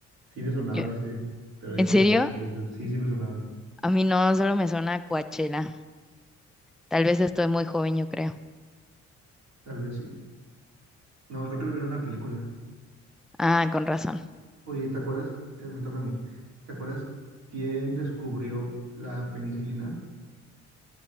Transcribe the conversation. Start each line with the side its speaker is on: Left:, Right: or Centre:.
Right: Sí me sonaba
Centre: Yo-
Right: ese, pero dije,
Centre: ¿En serio?
Right: no, no puede ser. Sí, sí me sonaba.
Centre: A mí no, solo me suena Coachella. Tal vez estoy muy joven, yo creo.
Right: Tal vez sí. No, creo que lo vi en una película.
Centre: Ah, con razón.
Right: Oye, ¿te acuerdas? Eh, me toca a mí. ¿Te acuerdas quién descubrió la penicilina? <laughs>